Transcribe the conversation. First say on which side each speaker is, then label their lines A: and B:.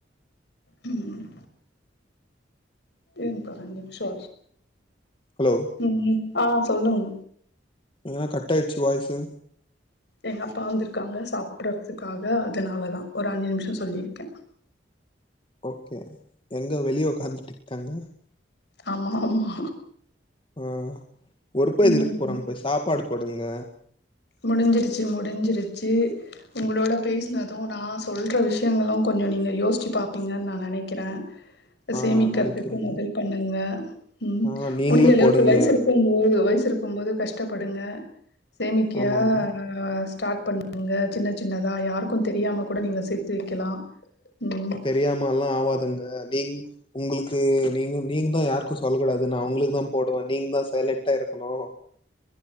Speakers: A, on the left; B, on the left.
A: ம் இங்கா ரெண்டு நிம்ஷோ
B: ஹலோ
A: நில்லு ஆ சொல்லுங்
B: ஏ கட்டாயிட்ச்சு வாய்சு
A: எங்க அப்பா வந்துருக்காங்க சாப்ட்டதுக்காக அதுனாலதா ஒரு அஞ்சு நிம்ஷோ சொல்லிருக்கே <inaudible>
B: ஓக்கே எங்க வெளிய உக்காந்துட்டித் தாங்க
A: ஆமா ஆமா
B: ஆ ஒருப்பது
A: ம்
B: இருக்கு போறாங் போய் சாப்பாடு போடுங்க
A: முடிஞ்சிருச்சி முடிஞ்சிருச்சி உங்களோட பேசுனது நா சொல்ற விஷ் தங்களு கொஞ்சோ நீங்க யோசிச்சு பாப்பீங்க நா நெனைக்கிறே அ
B: ஆ
A: சேமிக்கறதுக்கு
B: நெனைக்கிறேங்க.
A: மொதல் பண்ணுங்க ம்
B: ஆ நீங்களே
A: முடிஞ்ச அளவுக்கு
B: போடுங்க.
A: வயிசு இருக்கும் போது வயிசு இருக் கும்போது கஷ்டப்படுங்க சேமிக்கா
B: ஆமாங்க.
A: அ ஸ்டாட் பண்ணுங்க சின்ன சின்னதா யாருக்கு தெரியாம கூட நீங்க சேத்து வைக்கலா ம்
B: தெரியாமலா ஆவாதுங்க நீங உங்களுக்கு நீங்கோ நீங்க தா யாருக்கு சொல்ல கூடாது நா உங்களுக்கு தா போடுவ நீங்க தா சைலண்ட்டா இருக்கணு